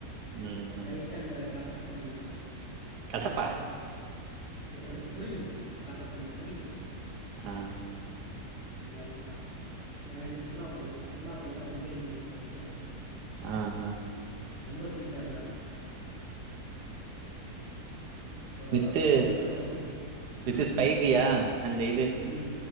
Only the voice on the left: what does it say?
லைட்டா அந்த கசப்பு தன்ம இருக்கு
பிட்டர்னஸ் பிட்டர்ன்ஸ் புளிக்கு கசப்புங்கற புளிக்கு
லைட்டா ஏனா இன்னு ஃபுல்லா பழுக்கல ஃபுல்லா பழுத்தா ரொம்ப இனிக் எனக்கு புடிக்காது
ரொம்ப ஸ்வீட்டா இருந்தா ஒரளவுக்கு
ஸ்வீட்டாருந்தா ஓகே
ம்
ம்